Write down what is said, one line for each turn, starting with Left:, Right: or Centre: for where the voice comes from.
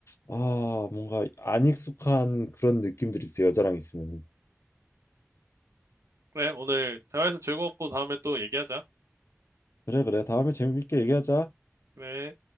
Left: 아 뭔가 안 익숙한 그런 느낌들이 있어 여자랑 있으면은
Right: 그래, 오늘 대화해서 즐거웠고 다음에 또 얘기하자.
Left: 그래 그래 다음에 재밌게 얘기하자
Right: 그래.